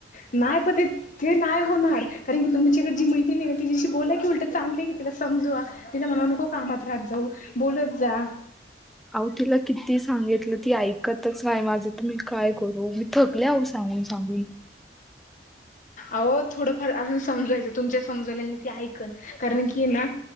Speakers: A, on the left (about 45°); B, in the centre.
A: नाही पण ते नाही होणार कारण की तुम्च्याकडे जी मैत्री नाही ना तिच्याशी बोलाय की उलट चांगले की तिला स सम तिला म्हणा नको कामात राहात जाऊ बोलत जा
B: अह तिला किती सांगितलं ती ऐकतच नाही माझं तुम्ही काय करू मी थकले आह सांगून सांगून
A: अह थोडंफार अजून समजायचं तुमच्या समजाय ते ऐकन कारण की ना